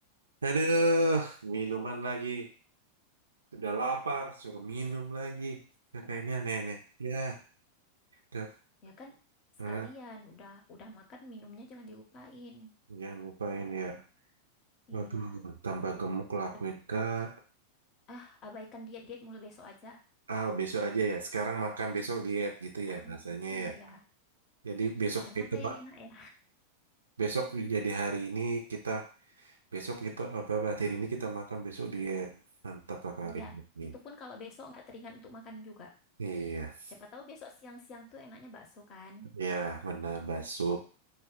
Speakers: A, on the right; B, on the left.
A: Aduh, minuman lagi. Udah lapar, suruh minum lagi. Kakaknya nenek. Ya, kak.
B: Ya kan
A: Nah,
B: sekalian, udah udah makan minumnya jangan dilupain.
A: jangan lupain ya.
B: Iya.
A: Waduh, tambah gemuk lakuin
B: Tep-
A: kak.
B: Ah, abaikan diet-diet mulai besok aja.
A: Ah, besok aja ya. Sekarang makan, besok diet gitu
B: Sekarang
A: ya bahasanya
B: makan. Iya.
A: ya. Jadi besok
B: Makan
A: itu
B: apa yang
A: Pak.
B: enak ya?
A: Besok jadi hari ini kita, besok kita, apa, berarti hari ini kita makan, besok diet. Mantap lah Kak,
B: Iya,
A: hari ini.
B: itu pun kalau besok nggak teringat untuk makan juga.
A: Iya,
B: Siapa tahu besok siang-siang tuh enaknya bakso kan.
A: iya benar, bakso.